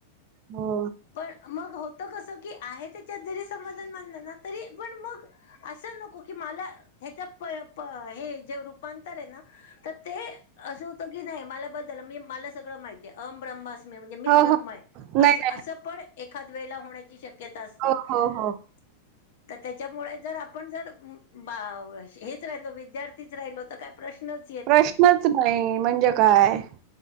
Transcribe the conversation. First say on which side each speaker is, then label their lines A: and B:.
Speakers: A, on the right (about 45°); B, on the left (about 70°).
A: हो.
B: पण मग होतं कसं की आहे त्याच्यात जरी समाधान मानलं ना तरी पण मग अ सं नको की मला ह्याचा प प हे रूपांतर आहे ना तर ते असं होतं की नाय मला बस झालं मी मला सगळं माहिती अहम ब्रह्मास मेव म्हणजे मीच
A: हो,
B: ब्रह्मा
A: हो.
B: आहे
A: नाही,
B: असं
A: नाही.
B: असं पण एखाद वेळेला होण्याची शक्यता असते.
A: हो,
B: <unintelligible>
A: हो, हो.
B: तर त्याच्यामुळे जर आपण जर हेच उम्म बाव अशी हेच राहिलो विद्यार्थीच राहिलो तर काय प्रश्नच येत
A: प्रश्नच
B: नाही
A: नाही म्हणजे काय.